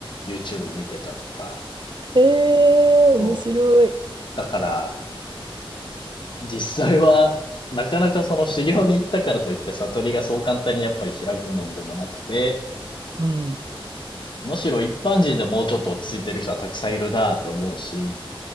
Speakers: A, on the left; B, on the right.
A: YouTube 見てたとか、
B: へえ、面白い。
A: そう。だから、実際は、
B: うん。
A: なかなかその修行に行ったからといって悟りがそう簡単にやっぱり開くもんでもなくて、
B: うん
A: むしろ一般人でもうちょっと落ち着いてる人はたくさんいるなって思うし、